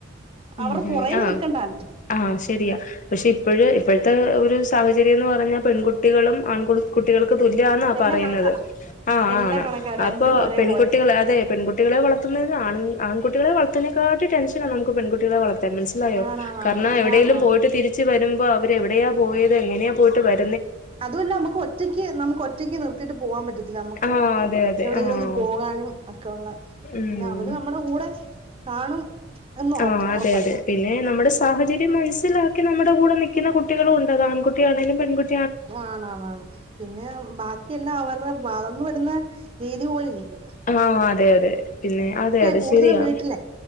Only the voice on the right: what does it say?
അവരുടെ
പുറേന്ന്
നിക്കണ്ടാലോ
എല്ലാം
കണക്കാ
എല്ലാം
കണക്കാ രണ്ടും
ഒരേ
പോലെ
ആണാണാണ്
ആണാണ്
അതുവല്ല നമുക്ക് ഒറ്റയ്ക്ക് നമുക്ക് ഒറ്റയ്ക്ക് നിർത്തിയിട്ട് പോകാൻ പറ്റ് ത്തില്ല നമുക്ക്
എവിടെയെങ്കിലും
ഒന്ന് പോകാനും ഒക്കെയൊള്ള
പിന്നെ അവര് നമ്മുടെ കൂടെ- കാണും- എന്ന് ഉറ
ഉറപ്പല്ലേ
ആണ് ആണ് പിന്നെ ബാക്കിയെല്ലാം അവരുടെ വളർന്നുവരുന്ന- രീതി പോലിരിക്കും-
കൂടുതലും
വീട്ടിലെ